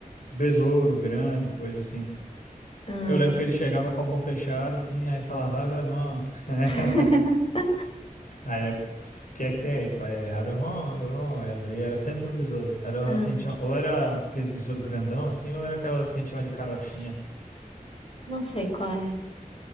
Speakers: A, on the left; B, on the left.
A: besouro grande, coisa assim.
B: Ah.
A: Eu lembro que ele chegava com a mão fechada, assim, aí falava, abre a mão. <laughs>
B: <laughs>
A: Aí, o que é que tem aí, pai? Ele abre a mão, abre a mão, aí abri, era sempre um besouro. Era
B: Ah,
A: o que a gente chama- ou era aqueles besouros grandão assim, ou era aquelas que a gente chama de carochinha.
B: não sei qual é esse.